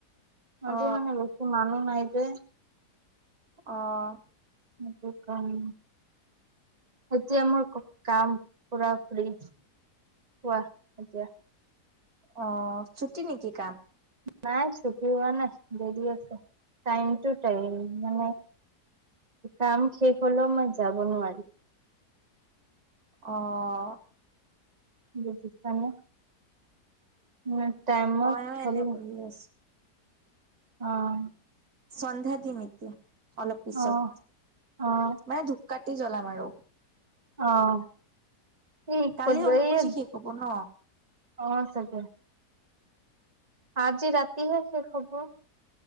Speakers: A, on the right; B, on the right.
A: আজি
B: অ
A: মানে বেছি মানুহ নাই যে।
B: অ'।
A: সেটো কাৰণ এতিয়া মোৰ কাম পুৰা ফ্ৰী, কোৱা। এতিয়া।
B: অ', চুটি নেকি কাম।
A: নাই চুটি হোৱা নাই দেৰি আছে টাইম টো টাইম মানে কাম শেষ হ'লেও মই যাব নোৱাৰি।
B: অ'।
A: দেখিছানে? উম। টাইমত
B: মইয়ো এনে
A: <unintelligible>
B: বহি আছো
A: অ'।
B: সন্ধ্যাতে নেকি অলপ পিছত
A: অ', অ',
B: মানে ধুপাকা তে জ্বলাম আৰু।
A: অ', এইত
B: কালি অম্বুবাচী
A: এই
B: শেষ হব ন
A: অ', চাগে। আজি ৰাতিহে শেষ হ'ব।